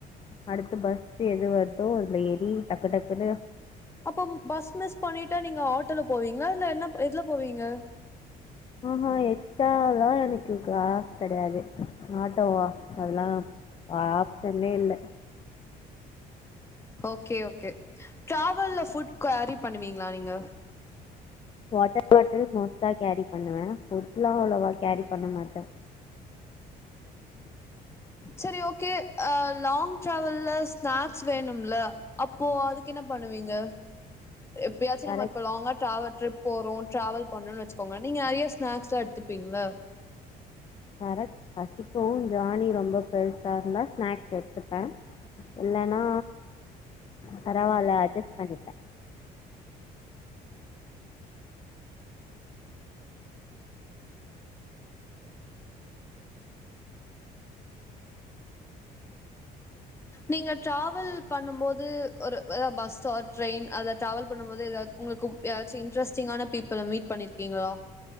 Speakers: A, on the left; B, on the left.
A: அடுத்து பஸ் எது வர்தோ அதுல எறி டக்கு டக்குனு
B: அப்போம் பஸ் மிஸ் பண்ணிட்டா நீங்க ஆட்டோல போவீங்லா இல்ல என்னப் எதுலப் போவீங்க
A: அஆ எக்ஸ்ட்டாலா எனக்கு காஸ் கெடையாது ஆட்டோவா அதெல்லா ஆப்ஷன்லே இல்ல
B: ஓகே ஓகே ட்ராவல்ல புட் கேரி பண்ணுவீங்ளா நீங்க
A: வாட்டர் பாட்டில் மோஸ்ட்டா கேரி பண்ணுவே புட்ஸ்லாம் அவ்ளோவா கேரி பண்ண மாட்ட
B: செரி ஓகே ஆ லாங் டிராவல்ல ஸ்நாக்ஸ் வேணும்ல அப்போ அதுக்கு என்ன பண்ணுவீங்க எப்யாச்சி
A: கரெக்ட்
B: நம்ம இப்ப லாங்கா ட்ராவட் ட்ரிப் போறா ட்ராவல் பண்றோன்னு வச்சிக்கோங்க நீங்க நறைய ஸ்னாக்ஸலா எடுத்துப்பீங்ள
A: கரெக்ட் பசிக்கு ஜார்னி ரொம்ப பெருசா இருந்தா ஸ்நாக்ஸ் எடுத்துப்பே இல்லனா பரவால்ல அட்ஜஸ்ட் பண்ணிப்பே
B: நீங்க ட்ராவல் பண்ணும் போது ஒரு அது பஸ் ஆர் ட்ரெயின் அதுல டிராவல் பண்ணும் போது எதாது உங்ளுக்கு எதாச்சி இன்ட்ரெஸ்டிங்கான பீப்பிள்ல மீட் பண்ணிருக்கீங்ளா